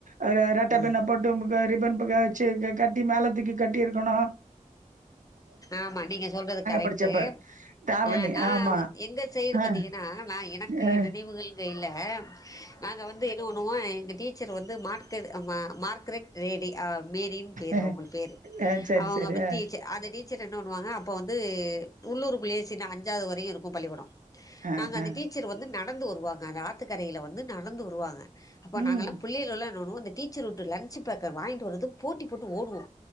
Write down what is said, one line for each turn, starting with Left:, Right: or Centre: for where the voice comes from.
Right: அ ரெட்ட
Left: ம்
Right: பின்ன போட்டுமுக்க ரிப்பன் பக்க வெச்சு கட் கட்டி மேலத்தூக்கி கட்டி இருக்கணு
Left: ஆமா நீங்க சொல்றது கரெட்டு
Right: படிச்சப்ப. தாவணி
Left: ஆ நா
Right: ஆமா.
Left: எங்க சைடு பத்தீங்கனா
Right: அ,
Left: நா எனக்கு
Right: அ,
Left: நினைவுகள் வே இல்ல நாங்க வந்து எதோ ஒன் வோ எங்க டீச்சர் வந்து மாட்கர் மார்க்கரெட் ரேடி அ மேரின் பேரு
Right: அ.
Left: அவுங்கள் பேரு
Right: ஆ சரி
Left: அவுங்க
Right: சரி
Left: வன்
Right: ஆ
Left: டீச்சர் அந்த டீச் சர் என்ன பண்ணுவாங்க அப்ப வந்து உள்ளூருக்குள்ளயே சின்ன அஞ்சாவது வரையுருக்கு பள்ளிக்கூடோ
Right: ஆ
Left: நாங்க அந்த
Right: ஆ
Left: டீச்சர் வந்து நடந்து வருவாங்க அந்த ஆத்துக்கரையில வந்து நடந்து வருவாங்க அப்பா
Right: ம்
Left: நாங்கெல்லா புள்ளைகலெல்லா நானு அந்த டீச்சர் உட்டு லஞ்ச்சு பேக்க வாங்கிட்டு வர்றதுக்கு போட்டி போட்டு ஓடுவோ